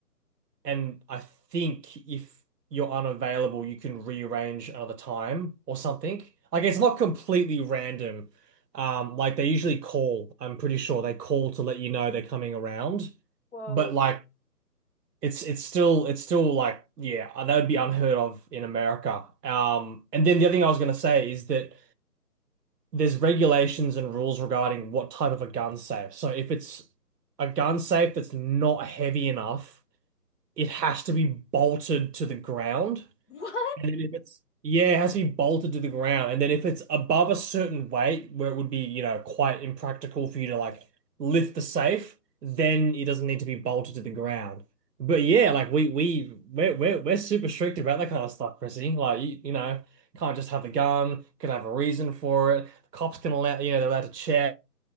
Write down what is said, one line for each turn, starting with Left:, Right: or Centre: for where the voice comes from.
Right: and I think if you're unavailable, you can rearrange another time or something. Like it's not completely random. Um, like they usually call. I'm pretty sure they call to let you know they're coming around.
Left: Whoa.
Right: But like it's it's still it's still like yeah, that would be unheard of in America. Um, and then the other thing I was gonna say is that. there's regulations and rules regarding what type of a gun safe. So if it's a gun safe that's not heavy enough, it has to be bolted to the ground
Left: <laughs> What?
Right: and then if it's yeah, it has to be bolted to the ground. And then if it's above a certain weight where it would be, you know, quite impractical for you to like lift the safe, then it doesn't need to be bolted to the ground. But yeah, like we we we're we're, we're super strict about that kind of stuff, Chrissy. Like you, you know, can't just have a gun, could have a reason for it. Cops can allow, you know, they're allowed to check.